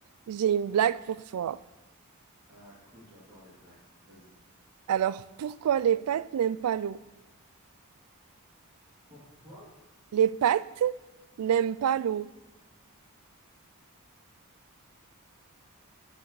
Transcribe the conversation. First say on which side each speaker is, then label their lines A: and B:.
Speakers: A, on the right; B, on the right.
A: J'ai une blague pour toi.
B: Ah, cool, j'adore les blagues. Vas-y.
A: Alors, pourquoi les pattes n'aiment pas l'eau?
B: Pourquoi?
A: Les pattes n'aiment pas l'eau.